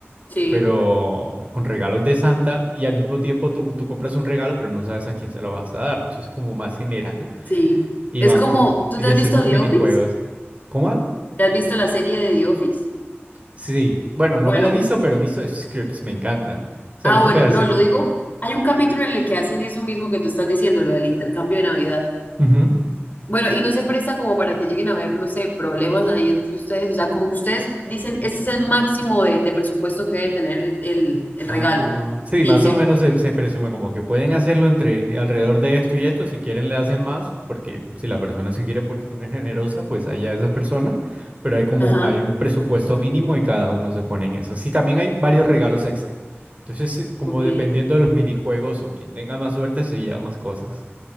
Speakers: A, on the left (about 40°); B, on the right (about 30°).
A: Sí,
B: pero con regalos de Santa y al mismo tiempo tú, tú compras un regalo, pero no sabes a quién se lo vas a dar. Entonces, como más general,
A: sí.
B: y
A: Es
B: van
A: como, ¿tú
B: y
A: te has
B: hacemos
A: visto The
B: minijuegos.
A: Office?
B: ¿Cómo? al?
A: ¿Te has visto la serie de The Office?
B: Sí, bueno, no
A: Bueno.
B: me la he visto, pero he visto scripts, me encantan. O sea,
A: Ah,
B: he visto
A: bueno,
B: pedacitos.
A: no, lo digo. Hay un capítulo en el que hacen eso mismo que tú estás diciendo, lo del intercambio de Navidad.
B: Ujú.
A: Bueno, y no se presta como para que lleguen a haber, no sé, problemas ahí entre ustedes. O sea, como que ustedes dicen, este es el máximo de, de presupuesto que debe tener el, el
B: Ah,
A: regalo.
B: sí,
A: Sí,
B: más
A: ¿cierto?
B: o menos se, se presume como que pueden hacerlo entre alrededor de esto y esto. Si quieren, le hacen más, porque si la persona se quiere por ser generosa, pues allá esa persona. Pero hay como
A: Ajá,
B: hay un presupuesto mínimo y cada uno se pone en eso. Sí, también hay varios regalos extra. Entonces, sí, como
A: ok.
B: dependiendo de los minijuegos o quien tenga más suerte, se lleva más cosas.